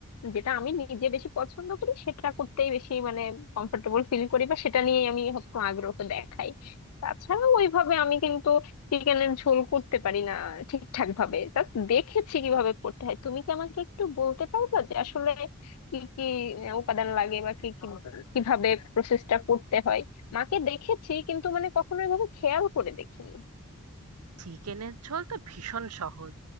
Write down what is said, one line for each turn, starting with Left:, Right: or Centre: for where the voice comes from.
Left: যেটা আমি নিজে বেশি পছন্দ করি সেটা করতেই বেশি মানে কমফোর্টেবল ফিল করি বা সেটা নিয়ে আমি হয়তো আগ্রহ দেখাই তাছাড়া ওইভাবে আমি কিন্তু চিকেনের ঝোল করতে পারি না ঠিকঠাক ভাবে জাস্ট দেখেছি কিভাবে করতে হয় তুমি কি আমাকে একটু বলতে পারবা যে আসলে কি কি আহ, উপাদান লাগে বা কি কি কিভাবে প্রসেসটা করতে হয় মাকে দেখেছি কিন্তু মানে কখনো এভাবে খেয়াল করে দেখিনি
Right: চিকেনের ঝোল তো ভীষণ সহজ